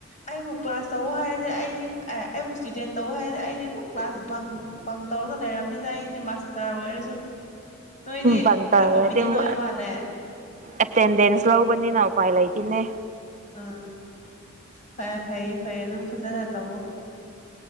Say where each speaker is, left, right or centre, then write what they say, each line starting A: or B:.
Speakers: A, on the left (about 40°); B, on the right (about 40°).
A: ꯑꯩꯕꯨ ꯀ꯭ꯂꯥꯁ ꯇꯧ ꯍꯥꯏꯔꯗꯤ ꯑꯩꯗꯤ ꯑꯦ ꯑꯩꯕꯨ ꯏꯁꯇꯨꯗꯦꯟ ꯇꯧ ꯍꯥꯏꯗꯅ ꯑꯩꯗꯤ ꯑꯗꯨꯝ ꯀ꯭ꯂꯥꯁ ꯕꯪ ꯄꯪ ꯇꯧꯔꯒ ꯂꯩꯔꯕꯝꯅꯤꯅ ꯑꯩꯗꯤ ꯃꯥꯁꯇꯔ ꯑꯣꯏꯔꯁꯨ ꯅꯣꯏꯗꯤ
B: ꯕꯪ ꯇꯧꯔꯗꯤ
A: ꯈꯔ ꯑꯣꯕꯤꯗꯦꯟ
B: ꯑꯃꯨꯛ
A: ꯑꯣꯏꯕ ꯃꯥꯜꯂꯦ
B: ꯑꯦꯇꯦꯟꯗꯦꯟꯁ ꯂꯧꯕꯅꯤꯅ ꯎꯄꯥꯏ ꯂꯩꯇꯦꯅꯦ
A: ꯑ ꯐ ꯐꯌꯦ ꯐꯩꯌꯦꯦ ꯑꯗꯨꯝ ꯐꯖꯅ ꯇꯧꯋ